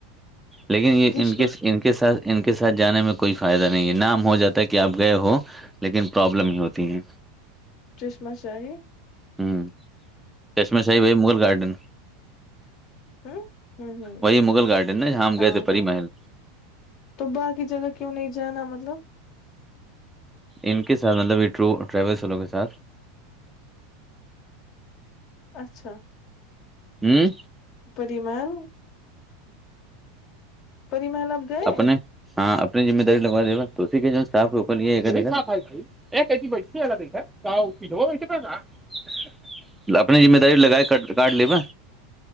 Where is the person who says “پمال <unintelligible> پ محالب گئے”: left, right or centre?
Left